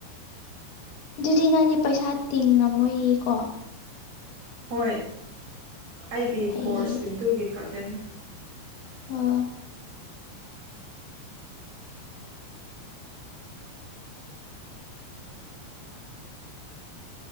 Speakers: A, on the left; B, on the right.
A: ꯗꯨꯗꯤ ꯅꯪꯗꯤ ꯄꯩꯁꯥ ꯇꯤꯡꯂꯝꯃꯣꯏꯌꯦ ꯀꯣ
B: ꯍꯣꯏ ꯑꯩꯒꯤ
A: ꯐꯩꯌꯦ
B: ꯀꯣꯔꯁ ꯑꯗꯨꯒꯤ ꯈꯛꯇꯅꯤ
A: ꯑꯥ